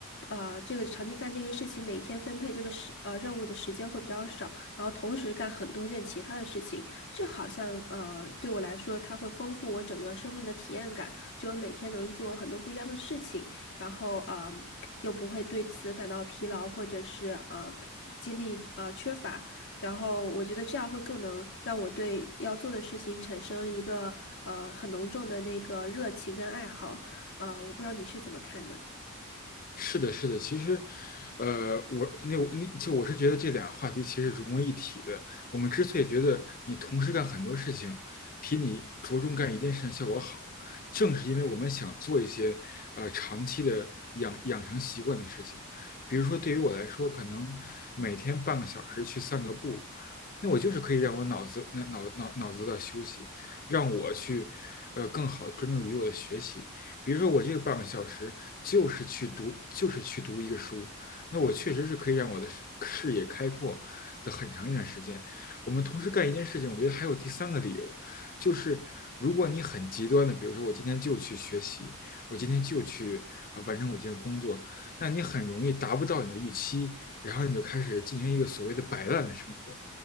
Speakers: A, on the left; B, on the left.
A: 啊，这个长期干这个事情，每天分配这个时呃任务的时间会比较少，然后同时干很多件其他的事情，这好像呃对我来说，它会丰富我整个生命的体验感，就每天能做很多不一样的事情，然后啊、呃又不会对此感到疲劳或者是呃精力呃缺乏。然后我觉得这样会更能让我对要做的事情产生一个呃很浓重的那个热情跟爱好，啊，我不知道你是怎么看的。
B: 是的，是的，其实，呃，我那我那就我是觉得这两个话题其实融为一体的。我们之所以觉得你同时干很多事情，比你着重干一件事情效果好，正是因为我们想做一些呃长期的养养成习惯的事情。比如说，对于我来说，可能每天半个小时去散个步，那我就是可以让我脑子、那脑脑脑子的休息，让我去，呃，更好的专注于我的学习。比如说，我这个半个小时就是去读，就是去读一个书，那我确实是可以让我的视视野开阔的很长一段时间。我们同时干一件事情，我觉得还有第三个理由，就是如果你很极端的，比如说我今天就去学习，我今天就去啊、呃完成我这个工作，那你很容易达不到你的预期，然后你就开始进行一个所谓的摆烂的生活。